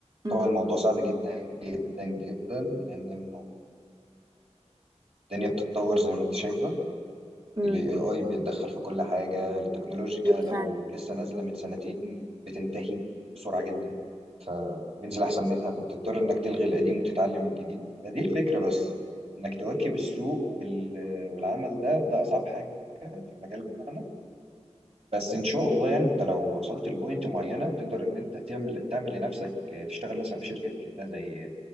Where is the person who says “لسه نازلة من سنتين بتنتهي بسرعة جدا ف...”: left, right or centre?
Right